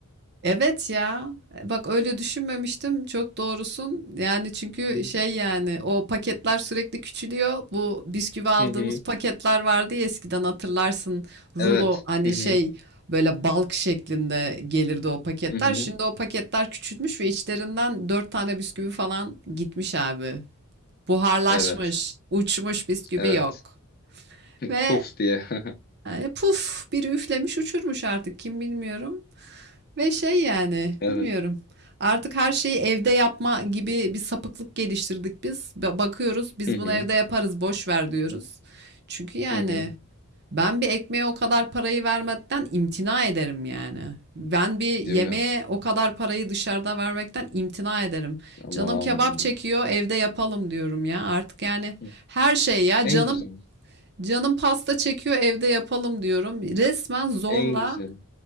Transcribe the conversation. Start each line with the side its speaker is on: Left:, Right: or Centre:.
Right: Evet ya. Bak öyle düşünmemiştim. Çok doğrusun. Yani çünkü
Left: Hı hı.
Right: şey yani o paketler sürekli küçülüyor. Bu bisküvi aldığımız
Left: Hı hı.
Right: paketler vardı ya eskiden hatırlarsın. Rulo
Left: Evet.
Right: hani
Left: Hı hı.
Right: şey böyle balk şeklinde gelirdi o paketler.
Left: Hı hı.
Right: Şimdi o paketler küçülmüş ve içlerinden dört tane bisküvi falan gitmiş abi. Buharlaşmış,
Left: Evet.
Right: uçmuş bisküvi
Left: Evet.
Right: yok. Ve
Left: Puf diye. <laughs>
Right: yani puf biri üflemiş uçurmuş artık kim bilmiyorum. Ve şey yani
Left: Evet.
Right: bilmiyorum. Artık her şeyi evde yapma gibi bir sapıklık geliştirdik biz. Ba- Bakıyoruz biz
Left: Hı hı.
Right: bunu evde yaparız boş ver diyoruz. Çünkü yani
Left: Hı hı.
Right: ben bir ekmeğe o kadar parayı vermekten imtina ederim yani. Ben bir yemeğe
Left: Değil mi?
Right: o kadar parayı dışarıda vermekten imtina ederim.
Left: Aman
Right: Canım kebap
Left: aman aman.
Right: çekiyor evde yapalım diyorum ya. Artık yani
Left: Hı.
Right: her şey ya
Left: En
Right: canım
Left: güzel.
Right: canım pasta çekiyor evde yapalım diyorum. Resmen zorla
Left: En güzeli.